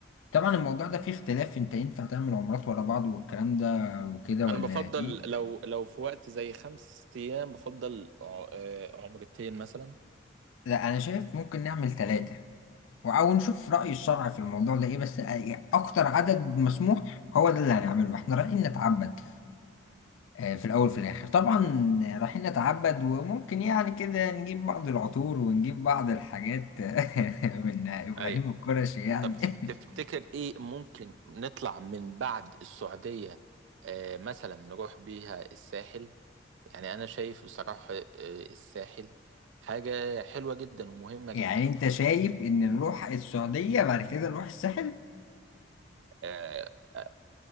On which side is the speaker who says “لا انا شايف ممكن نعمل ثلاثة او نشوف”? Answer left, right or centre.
Left